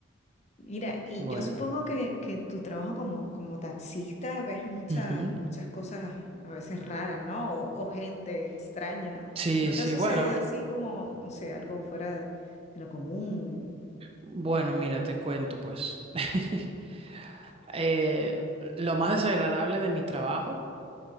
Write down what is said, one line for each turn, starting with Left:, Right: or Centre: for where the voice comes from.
Left: Mira, y
Right: Bueno.
Left: yo supongo que, que tu trabajo como, como taxista ves muchas,
Right: Ujú.
Left: muchas cosas a veces raras, ¿no? O, o gente extraña.
Right: Sí,
Left: ¿No te
Right: sí,
Left: ha sucedido
Right: bueno.
Left: así como, no sé, algo fuera de lo común?
Right: Bueno, mira, te cuento pues. <laughs> Eh, lo más desagradable de mi trabajo